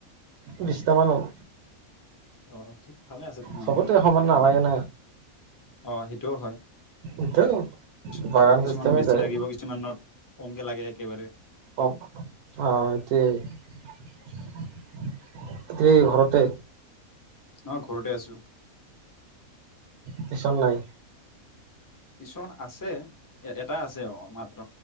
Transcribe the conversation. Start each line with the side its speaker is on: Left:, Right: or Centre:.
Right: বিছটামান হ'ব।
Left: আহ ঠিক ভালে আছে তেনেহ'লে।
Right: চবতে সমান নালাগে না
Left: অ সেইটোও হয়
Right: এতিয়া
Left: কিছু
Right: বাগান
Left: কিছুমানত
Right: চিষ্টেমে
Left: বেছি
Right: যায়
Left: লাগিব কিছুমানত কমকে লাগে একেবাৰে।
Right: অ অ <unintelligible> ঘৰতে।
Left: অহ ঘৰতে আছো।
Right: টিউশন নাই?
Left: টিউশ্যন আছে, এটা আছে মাত্ৰ